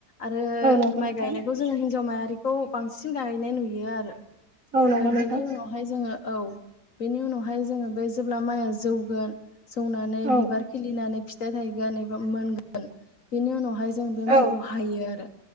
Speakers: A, on the left (about 50°); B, on the right (about 50°).
A: आरो
B: औ नंगौ
A: माइ
B: नोंथां
A: गायनायखौ जोङो हिन्जाव मायारिखौ बांसिन गायनाय नुयो आरो
B: औ नंगौ
A: आरो
B: नोंथां
A: बेनि उनावहाय जोङो औ बेनि उनावहाय जोङो बे जेब्ला माइआ जौगोन जौनानै
B: औ
A: बिबार खिलिनानै फिथाइ थायगोन एबा मोनगोन बेनि उनावहाय जों बे माइखौ
B: औ
A: हायो आरो